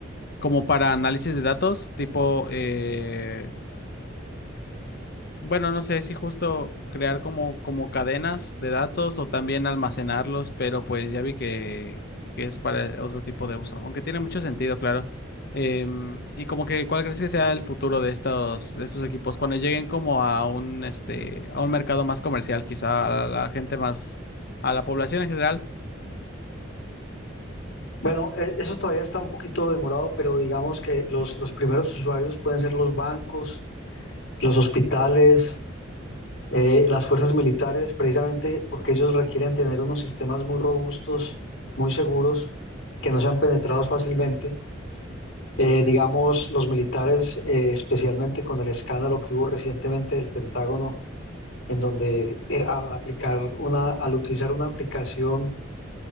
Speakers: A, on the left (about 55°); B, on the left (about 70°).
A: como para análisis de datos, tipo, eh, Bueno, no sé si justo crear como, como cadenas de datos o también almacenarlos, pero pues ya vi que, que es para otro tipo de uso, aunque tiene mucho sentido, claro. Em, y como que, ¿cuál crees que sea el futuro de estos, de estos equipos? Cuando lleguen como a un, este, a un mercado más comercial, quizá a la gente más, a la población en general.
B: Bueno, eh, eso todavía está un poquito demorado, pero digamos que los, los primeros usuarios pueden ser los bancos, los hospitales, eh, las fuerzas militares, precisamente porque ellos requieren tener unos sistemas muy robustos, muy seguros, que no sean penetrados fácilmente. Eh, digamos, los militares, eh, especialmente con el escándalo que hubo recientemente del Pentágono, en donde eh, al aplicar una, al utilizar una aplicación